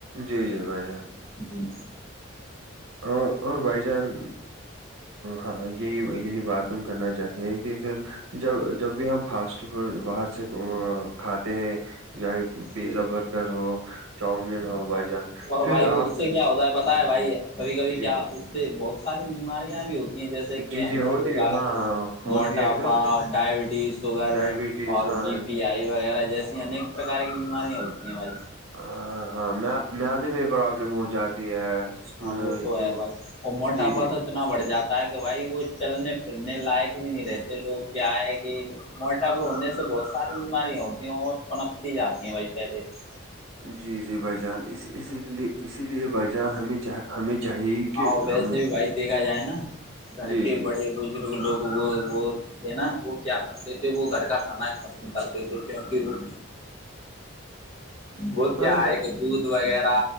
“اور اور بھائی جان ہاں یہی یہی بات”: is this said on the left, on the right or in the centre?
Right